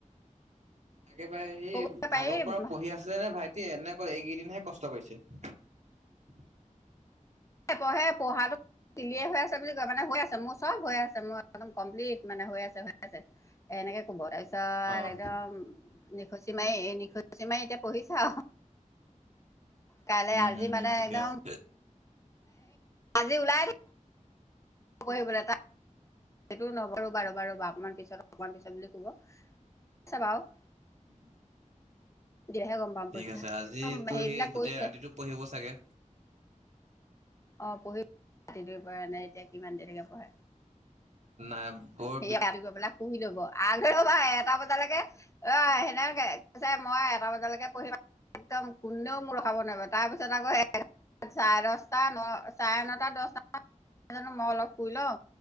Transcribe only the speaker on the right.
তাকেবাৰে সি
আগৰ পৰা পঢ়ি আছিলে নে ভাইট তিয়ে নে অকল এনেকৈ এইকেইদিনহে কষ্ট কৰিাইছে?
অ'
উম,
হম, হম
ঠিকে
আছে।
উম হুম হু।
ঠিক
আছে আজিতো
সি গোটেই
ৰাতিটো পঢ়িব চাগে।
আম কত